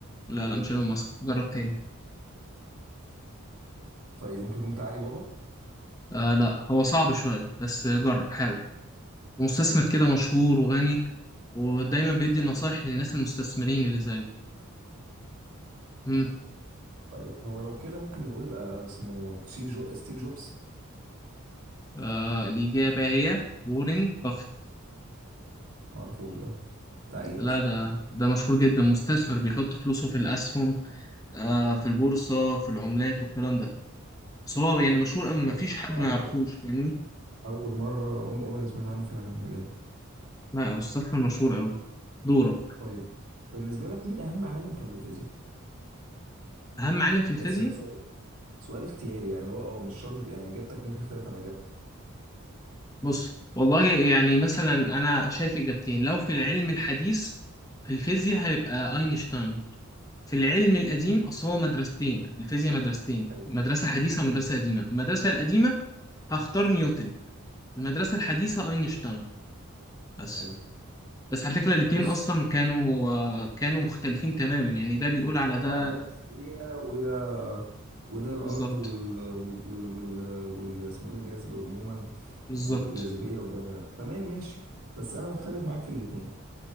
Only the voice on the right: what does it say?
طيب ممكن يكون بتاع علي بابا
طيب هو لو كده ممكن نقول يبقى اسمه ستيف جو... ستيف جوبز
ما اعرفوش ده بتاع ايه
اصلا
خ-
اول
اول مره عم- عمري ما سمعت عنه فعلا بجد
طيب بالنسبه لك مين اهم عالم كان في الفيزياء
بس ده سؤال سؤال اختياري يعني اللي هو اه مش شرط يعني اجابتك ممكن تختلف عن اجابتي
ايوه
تمام
حلو
بص
طبعا
ده نسبية وده وده الأرض
وال وال وال وال, وال... اسمه إيه الجذب عموما
والجاذبية والجو ده تمام ماشي بس أنا مختلف معاك في الاتنين